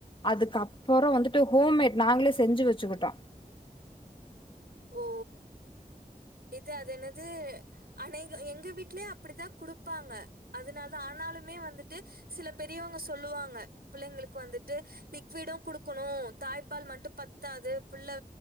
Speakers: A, on the left (about 30°); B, on the right (about 85°).
A: அதுக்கப் அப்றோ வந்துட்டு ஹோம்மேட் நாங்களே செஞ்சு வெச்சுக்கிட்டோ
B: ஓ இது அது என்னது அநேக எங்க வீட்லயு அப்டிதா குடுப்பாங்க அதனாலதா ஆனாலுமே வந்துட்டு சில பெரியவங்க சொல்லுவாங்க பிள்ளிங்களுக்கு வந்துட்டு லிக்விடும் குடுக்கணு தாய்ப்பால் மட்டு பத்தாது புள்ள